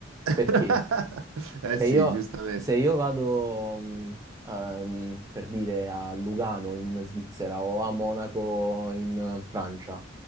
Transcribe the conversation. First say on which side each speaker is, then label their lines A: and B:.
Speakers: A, on the right (about 85°); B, on the right (about 15°).
A: <laughs>
B: perché
A: Eh
B: se
A: sì,
B: io,
A: giustamente.
B: se io vado, mh, ehm, per dire, a Lugano in Svizzera o a Monaco in eh, Francia,